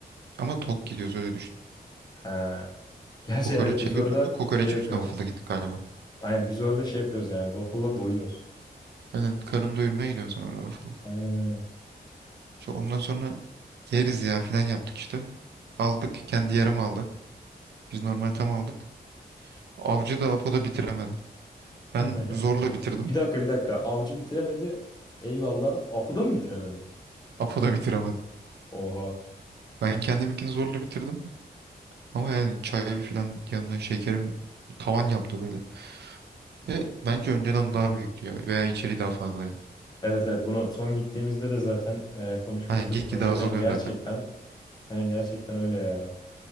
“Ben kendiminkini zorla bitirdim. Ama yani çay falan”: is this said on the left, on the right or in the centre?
Right